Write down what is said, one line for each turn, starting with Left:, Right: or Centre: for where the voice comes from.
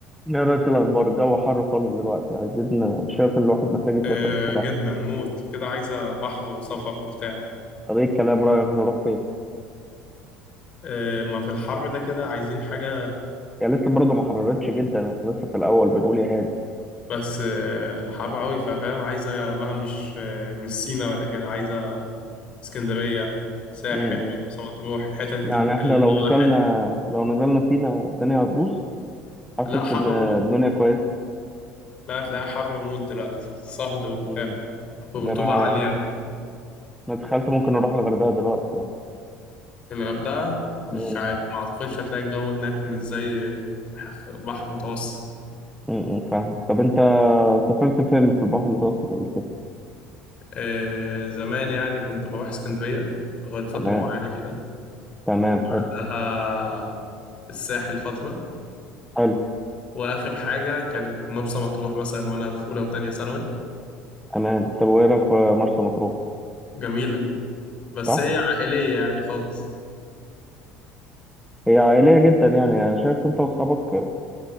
Centre: يا ريت الأخبار الجو حر خالص دلوقتي عايزين شايف إن الواحد محتاج يسافر
Left: آه
Centre: بصراحة
Left: جدا موت كده عايزة بحر وصفف وبتاع
Centre: طب إيه الكلام رأيك نروح فين؟
Left: آه ما في الحر ده كده عايزين حاجة
Centre: يعني لسه برضه ما حررتش جدا إحنا لسه في الأول بنقول يا هادي
Left: بس آه حر أوي فاهم عايزة بقى مش آه مش سينا ولا كده عايزة اسكندرية ساحل
Centre: م- م.
Left: مرسى مطروح الحتت دي
Centre: يعني إحنا
Left: الواحد
Centre: لو نزلنا لو نزلنا سينا الدنيا هتبوظ حاسس
Left: لا حر
Centre: إن
Left: موت
Centre: الدنيا كويس
Left: لا تلاقيها حر موت دلوقتي صهد وبتاع
Centre: م-
Left: ورطوبة
Centre: ده أنا
Left: عالية
Centre: أنا تخيلت ممكن أروح الغردقة دلوقتي يعني
Left: الغردقة مش
Centre: م-
Left: عارف ما أعتقدش هتلاقي الجو هناك مش زي بحر متوسط
Centre: م- م. فاهم طب أنت سافرت فين في البحر المتوسط قبل كده؟
Left: آه زمان يعني كنت بروح اسكندرية لغاية فترة
Centre: تمام
Left: معينة كده
Centre: تمام
Left: بعدها
Centre: حلو
Left: الساحل فترة
Centre: حلو
Left: وآخر حاجة كانت مرسى مطروح مثلا وأنا في أولى وتانية ثانوي
Centre: تمام طب وإيه رأيك في مرسى مطروح؟
Left: جميلة بس
Centre: صح؟
Left: هي عائلية يعني خالص
Centre: هي عائلية جدا يعني أنا شايف أنت وأصحابك